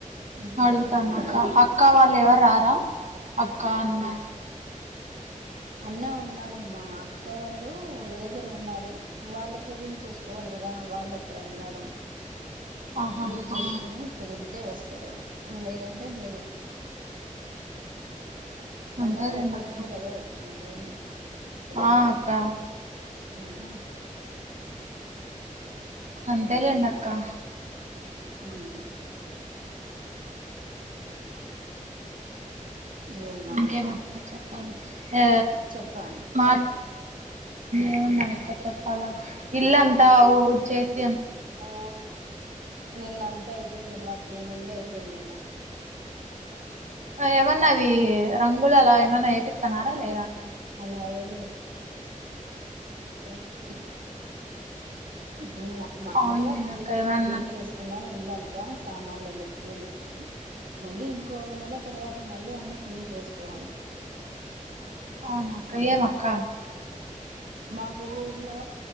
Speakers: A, on the right; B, on the right.
A: ఉహు
B: అడుగుతాన్నాక్క
A: ఉమ్
B: అక్క అక్క వాళ్ళు ఎవరు రారా అక్క, అన్నా
A: అన్న ఉన్నాడమ్మా అక్క వాళ్ళు ఊరి దగ్గర ఉన్నారు. వాళ్ళకు వీలు చూసుకోవాలి కదా, వాళ్ళు అక్కడ ఉన్నారు.
B: ఆహా
A: వీలు చూసుకోని
B: ఆ
A: కుదిరితే వస్ స్తారు లేదంటే లేదు ఇంకా పండగ
B: అంతేలేండి
A: ఒక రోజే
B: అక్క
A: కదా వచ్చింది సెలవు
B: ఆ అక్క
A: ఉమ్
B: అంత్ తేలేండక్కా
A: హూ ఏమో
B: ఇంకేమో
A: మరి
B: అక్క చెప్పాలి ఆ
A: చెప్పాలి
B: మార్క్ ఏముండయక్క చెప్పాలి ఇల్లంతా ఊడిచేసి
A: ఆ నిన్న అంతా అయిపోయింది మద్ క్లీనింగే అయిపోయింది నిన్న
B: ఏమన్నా అవి రంగులు అలా ఏమన్నా వేపిస్తున్నారా, లేదా అక్క
A: అలా ఏం లే <unintelligible> ఇప్పుడు మామూలుగా
B: అవునండి
A: క్లీన్
B: అక్క ఏమన్నా
A: క్లీన్ చేసుకున్నాం ఇల్లం దా సామాన్లు అందుకు క్లీన్ చేసా మళ్ళీ ఇంకో నెల తర్వాత మళ్ళీ అన్ని క్లీన్ చేసుకోవాలి.
B: అవునా అక్క ఏం అక్క
A: మాకు ఊళ్లో